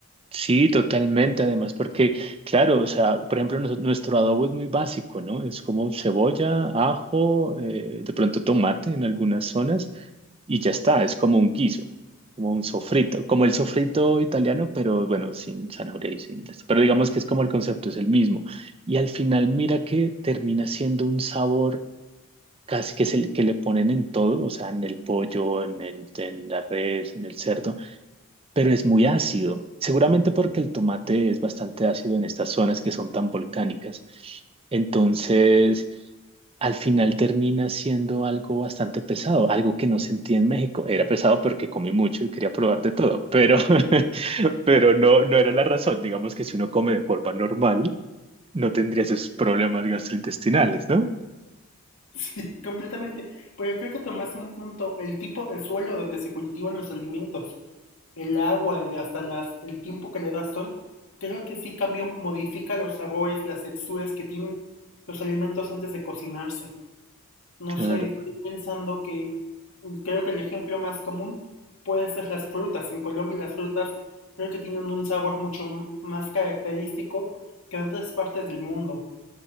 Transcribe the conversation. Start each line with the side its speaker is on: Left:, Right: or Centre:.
Right: Sí, totalmente. Además, porque, claro, o sea, por ejemplo, nos- nuestro adobo es muy básico, ¿no? Es como cebolla, ajo, eh, de pronto tomate en algunas zonas y ya está. Es como un guiso, como un sofrito, como el sofrito italiano, pero bueno, sin zanahoria y sin esto. Pero digamos que es como el concepto es el mismo. Y al final, mira que termina siendo un sabor casi que es el que le ponen en todo, o sea, en el pollo, en el, en la res, en el cerdo pero es muy ácido. Seguramente porque el tomate es bastante ácido en estas zonas que son tan volcánicas. Entonces, al final termina siendo algo bastante pesado, algo que no sentí en México. Era pesado porque comí mucho y quería probar de todo, pero, <laughs> pero no, no era la razón. Digamos que si uno come de forma normal, no tendría esos problemas gastrointestinales, ¿no?
Left: Sí, completamente. Pero creo que tomaste un punto, el tipo de suelo donde se cultivan los alimentos, el agua, el- hasta las, el tiempo que le das sol, creo que sí cambia, modifica los sabores, las texturas que tienen los alimentos antes de cocinarse. No
Right: Claro.
Left: sé, estoy pensando que mm, creo que el ejemplo más común puede ser las frutas. En Colombia las frutas creo que tienen un sabor mucho m- más característico que en otras partes del mundo